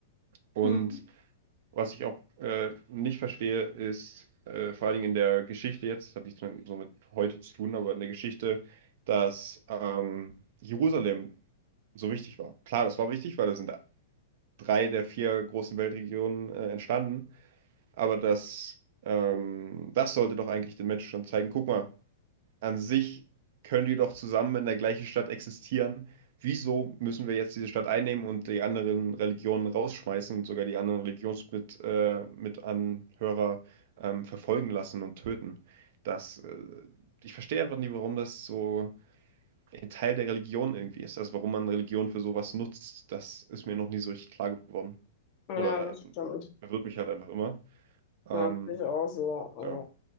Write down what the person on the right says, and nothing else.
Und
was ich auch äh, nicht verstehe, ist äh, vor allen Dingen in der Geschichte jetzt, das hat nichts mehr so mit heute zu tun, aber in der Geschichte, dass ähm, Jerusalem so wichtig war. Klar, das war wichtig, weil da sind drei der vier großen Weltregionen äh, entstanden. Aber das, ähm, das sollte doch eigentlich den Menschen schon zeigen. Guck mal, an sich können die doch zusammen in der gleichen Stadt existieren. Wieso müssen wir jetzt diese Stadt einnehmen und die anderen Religionen rausschmeißen und sogar die anderen Religionsmitanhörer äh, Mitanhörer, ähm, verfolgen lassen und töten? Das, äh, ich verstehe einfach nicht, warum das so ein Teil der Religion irgendwie ist. Also warum man Religion für sowas nutzt, das ist mir noch nie so richtig klar geworden.
Oder
äh,
verwirrt mich halt einfach immer. Ähm,
ja,